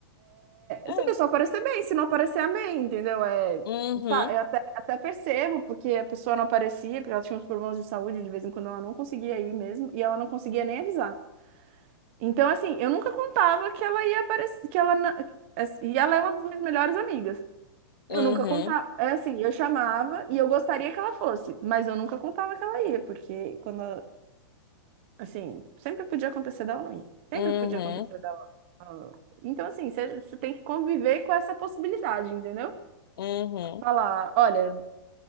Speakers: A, on the left; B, on the right.
A: É.
B: Se a pessoa aparecer bem, se não aparecer, amém, entendeu? É,
A: Uhum.
B: tá, eu até, até percebo, porque a pessoa não aparecia, porque ela tinha uns problemas de saúde, de vez em quando ela não conseguia ir mesmo, e ela não conseguia nem avisar. Então, assim, eu nunca contava que ela ia aparecer, que ela, na- assim, e ela é uma das minhas melhores amigas.
A: Uhum.
B: Eu nunca contava, é assim, eu chamava e eu gostaria que ela fosse, mas eu nunca contava que ela ia, porque quando, assim, sempre podia acontecer dela não ir. Sempre
A: Uhum.
B: podia acontecer dela. ah, Então, assim, você você tem que conviver com essa possibilidade, entendeu?
A: Uhum.
B: falar, olha,